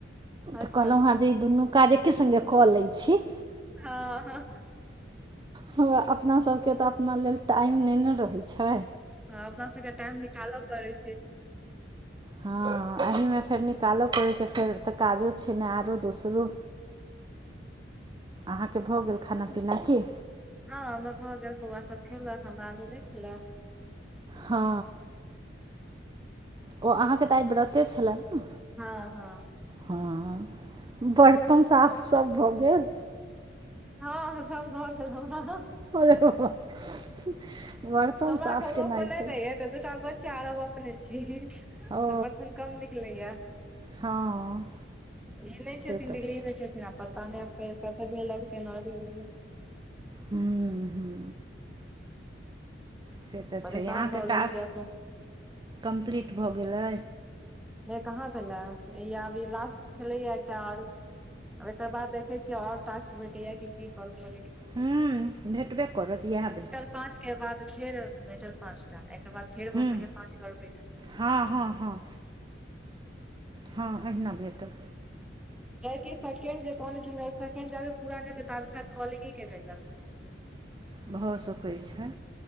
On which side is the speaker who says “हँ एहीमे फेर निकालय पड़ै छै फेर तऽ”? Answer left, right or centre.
Right